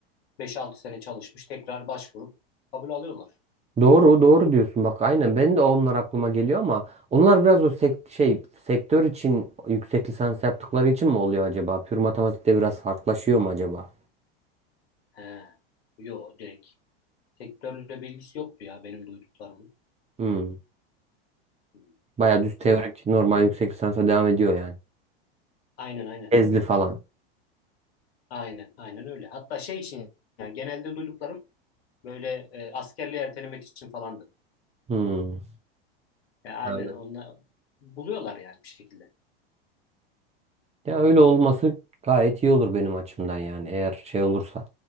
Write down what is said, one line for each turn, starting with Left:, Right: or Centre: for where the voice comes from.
Left: beş altı sene çalışmış tekrar başvurup kabul alıyorlar.
Right: Doğru, doğru diyorsun. Bak aynen ben de onlar aklıma geliyor ama onlar biraz o sek- şey sektör için yüksek lisans yaptıkları için mi oluyor acaba? Pür matematikte biraz farklılaşıyor mu acaba?
Left: He. Yo direkt sektörle bilgisi yoktu ya benim duyduklarımın.
Right: Hmm.
Left: Hı,
Right: Baya düz teorik
Left: Yok.
Right: normal yüksek lisansa devam ediyor yani.
Left: Aynen aynen.
Right: Ezli falan.
Left: Aynen aynen öyle. Hatta şey için yani genelde duyduklarım böyle e, askerliği ertelemek için falandı.
Right: Hmm.
Left: Ya aynen
Right: Anladım.
Left: onlar buluyorlar yani bir şekilde.
Right: Ya öyle olması gayet iyi olur benim açımdan yani eğer şey olursa.